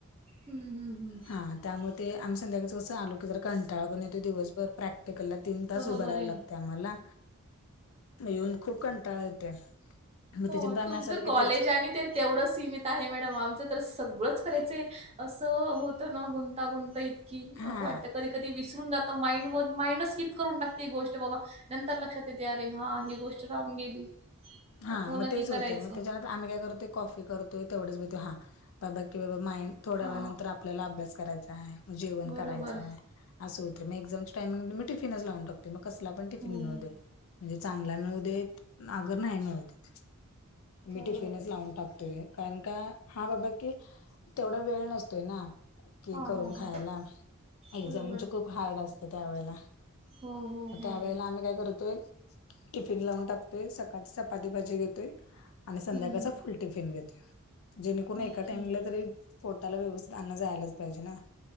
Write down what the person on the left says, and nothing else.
हा त्यामुळे ते आम्ही संध्याकाळी कसं आलो की जर कंटाळ पण येतो दिवसभर प्रॅक्टिकलला. तीन तास
उभारायला
लागते आम्हाला. येऊन खूप कंटाळा येत मग
त्याच्यानंतर आम्ही
असं आल की
तेच.
हा
हा
मग तेच
होते मग त्यात. आम्ही काय करतोय कॉफी करतोय तेवढच घेतोय हा बाबा की बाबा माइं थोड्या
वेळ नंतर आपल्याला अभ्यास करायचा आहे जेवण
करायचं आहे असं होते मग एक्झामच्या टाइमिंग मी टिफनच लावून टकते मग कसला पण टिफिन
मिळुदे. म्हणजे चांगला मिळुदे अगर नाही मिळूदे मी
टिफिनच लावून टाकतोय कारण का हा बाबा की, तेवढा वेळ नसतोय ना की
करून
खायला
एकदा
म्हणजे खूप हार्ड असते त्यावेेळेला
त्यावेेळेला आम्ही काय करतोय. टिफिन लावून टाकतोय सकाळ चपाती भाजी घेतोय आणि संध्याकाळचा
फुल टिफिन घेते जेणेकरून एका
टाइमला तरी पोटाला व्यवस्थित अन्न जायलाच पाहिजे ना